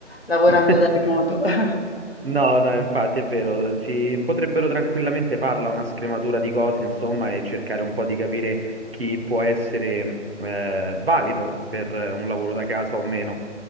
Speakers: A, on the left (about 55°); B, on the right (about 55°).
A: lavorando
B: <laughs>
A: da remoto. <laughs>
B: No, no, infatti è vero, ci potrebbero tranquillamente farla una scrematura di cose, insomma, e cercare un po' di capire chi può essere eh, valido per un lavoro da casa o meno.